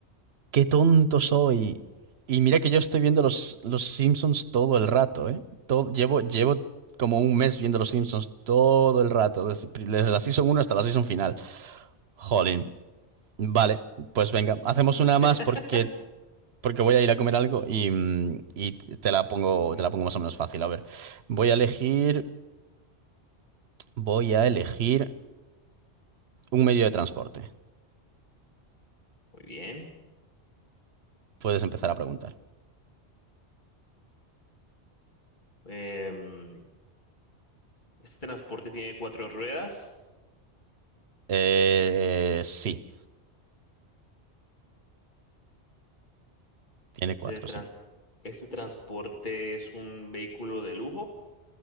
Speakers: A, on the right; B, on the left.
A: Qué tonto soy. Y mira que yo estoy viendo los, los Simpsons todo el rato, ¿eh? Todo, llevo, llevo como un mes viendo los Simpsons todo el rato, desde, pri- desde la season uno hasta la season final. Jolín. Vale, pues venga, hacemos una
B: <laughs>
A: más porque, porque voy a ir a comer algo y, mm, y te la pongo, te la pongo más o menos fácil. A ver, voy a elegir, voy a elegir un medio de transporte.
B: Muy bien.
A: Puedes empezar a preguntar.
B: Em, este transporte tiene cuatro ruedas.
A: Eh, sí, tiene
B: Este,
A: cuatro,
B: trans-
A: sí.
B: este transporte es un vehículo de lujo.